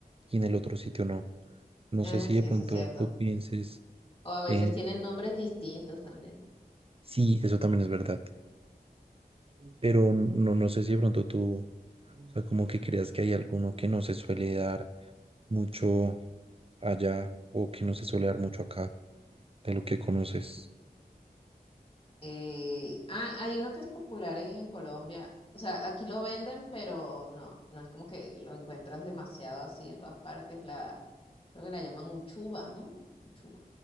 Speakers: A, on the right; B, on the left.
A: y en el otro sitio no. No
B: Ah,
A: sé si
B: sí,
A: de pronto
B: eso es cierto.
A: tú pienses,
B: O a veces
A: eh,
B: tienen nombres distintos también.
A: sí, eso también es verdad, pero no, no sé si de pronto tú, o sea, como que creas que hay alguno que no se suele dar mucho allá o que no se suele dar mucho acá de lo que conoces?
B: Eh, ah, hay uno que es popular en Colombia. O sea, aquí lo venden, pero no, no es como que lo encuentras demasiado así en todas partes. La, creo que la llaman uchuva, ¿no? Uchuva,